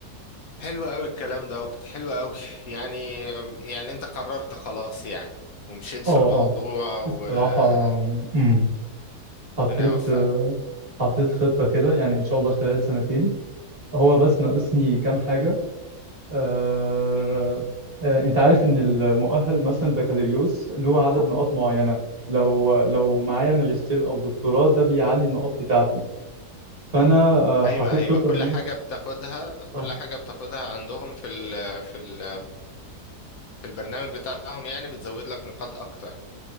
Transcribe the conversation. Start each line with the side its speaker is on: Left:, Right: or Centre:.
Left: حلو قوي الكلام دوت حلو قوي <laughs> يعني يعني انت قررت خلاص يعني ومشيت
Right: اه
Left: في الموضوع
Right: اه
Left: وربنا
Right: الصراحة امم حطيت
Left: يوفقك
Right: آه، حطيت خطة كده يعني إن شاء الله خلال سنتين هو بس ناقصني كام حاجة آه،
Left: مم.
Right: آه، أنت عارف إن المؤهل مثلا بكالوريوس له عدد نقاط معينة لو لو معايا ماجستير أو دكتوراه ده بيعلي النقاط بتاعتي فأنا آه،
Left: ايوه
Right: حطيت
Left: ايوه
Right: خطة
Left: كل
Right: إن أنا
Left: حاجه بتاخدها
Right: صح
Left: كل حاجه بتاخدها عندهم في ال في ال في البرنامج بتاعهم يعني بتزود لك نقاط اكتر